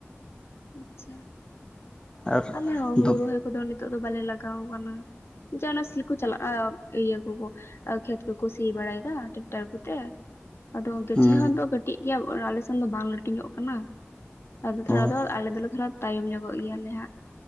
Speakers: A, on the left; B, on the left.
A: ᱟᱪᱪᱷᱟ
B: ᱟᱨ
A: ᱟᱞᱮ ᱦᱚᱸ ᱦᱩᱲᱩ
B: ᱫᱚ
A: ᱨᱚᱦᱚᱭ ᱠᱚᱫᱚ ᱱᱤᱛᱚᱜ ᱫᱚ ᱵᱟᱞᱮ ᱞᱟᱜᱟᱣ ᱠᱟᱱᱟ ᱾ ᱡᱟ ᱚᱱᱟ ᱥᱤᱠᱚ ᱪᱟᱞᱟᱜᱼᱟ ᱤᱭᱟᱹ ᱠᱚᱠᱚ ᱠᱷᱮᱛ ᱠᱚᱠᱚ ᱥᱤ ᱵᱟᱲᱟᱭ ᱫᱟ ᱴᱮᱠᱴᱟᱨ ᱠᱚᱛᱮ ᱾ ᱟᱫᱚ ᱜᱟᱹᱪᱷᱤ
B: ᱦᱩᱸ
A: ᱦᱚᱸ ᱟᱫᱚ ᱠᱟᱹᱴᱤᱡ ᱜᱮᱭᱟ ᱟᱞᱮᱥᱱ ᱫᱚ ᱵᱟᱝ ᱞᱟᱹᱴᱷᱩᱧᱚᱜ ᱠᱟᱱᱟ ᱟᱫᱚ ᱛᱷᱚᱲᱟ
B: ᱚ
A: ᱫᱚ ᱟᱞᱮ ᱫᱚᱞᱮ ᱛᱷᱚᱲᱟ ᱛᱟᱭᱚᱢ ᱧᱚᱜᱚᱜ ᱜᱮᱭᱟᱞᱮ ᱦᱟᱸᱜ